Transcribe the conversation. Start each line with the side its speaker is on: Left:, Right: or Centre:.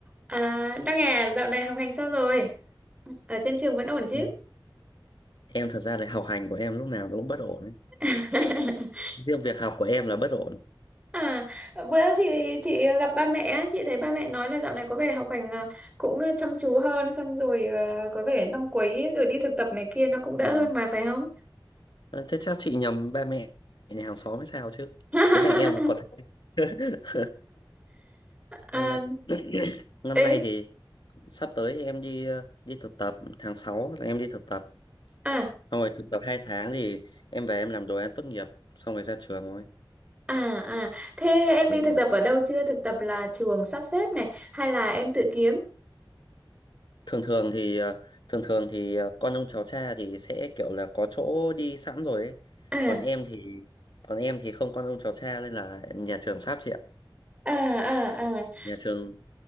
Right: À, Đăng à, dạo này học hành sao rồi? Ở trên trường vẫn ổn chứ?
Left: em em thật ra là học hành của em lúc nào nó cũng bất ổn ấy.
Right: <laughs>
Left: riêng việc học của em là bất ổn
Right: À, bữa chị chị gặp ba mẹ, á, chị thấy ba mẹ nói là dạo này có vẻ học hành à, cũng ờ, chăm chú hơn, xong rồi à, có vẻ năm cuối rồi đi thực tập này kia nó cũng đỡ
Left: ừ.
Right: hơn mà phải không?
Left: Ờ, thế chắc chị nhầm ba mẹ nhà hàng xóm hay sao chứ
Right: <laughs>
Left: bố mẹ em có thấy <laughs>
Right: À,
Left: năm nay <clears throat> <coughs> năm
Right: ý,
Left: nay thì sắp tới thì em đi ờ, đi thực tập tháng 6 là em đi thực tập
Right: à,
Left: xong rồi thực tập 2 tháng thì em về em làm đồ án tốt nghiệp xong rồi ra trường thôi
Right: à, à, thế em
Left: đúng
Right: đi thực
Left: rồi
Right: tập ở đâu chưa? Thực tập là trường sắp xếp này, hay là em tự kiếm?
Left: thường thường thì ờ, thường thường thì ờ, con ông cháu cha thì sẽ kiểu là có chỗ đi sẵn rồi ấy.
Right: À,
Left: Còn em thì còn em thì không con ông cháu cha nên là nhà trường sắp chị ạ.
Right: à, à, à.
Left: Nhà trường